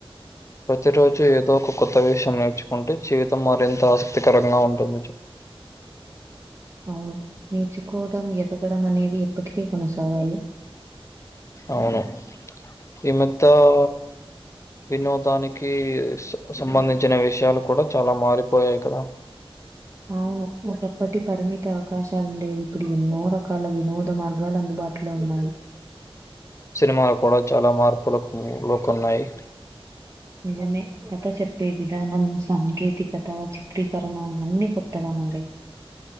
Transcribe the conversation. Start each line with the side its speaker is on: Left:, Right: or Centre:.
Left: ప్రతి రోజు ఏదో ఒక కొత్త విషయం నేర్చుకుంటే జీవితం మరింత ఆసక్తికరంగా ఉంటుందని చెప్పి
Right: అవును నేర్చుకోవడం ఎదగడం అనేవి ఎప్పటికీ కొనసాగాలి
Left: అవును ఈ మద్ద హ వినోదానికి స సంబంధించిన విషయాలు కూడా చాలా మారిపోయాయి కదా!
Right: అవును ఒకప్పటి పరిమితి అవకాశాలు ఉండేవి ఇప్పుడు ఎన్నో రకాల వినోద మార్గాలు అందుబాటులో ఉన్నాయి
Left: సినిమాలు కూడా చాలా మార్పులకు లో కొన్నాయి
Right: నిజమే కథ చెప్పే విధానం సాంకేతికత చిత్రీకరణ అన్ని కొత్త మారాయి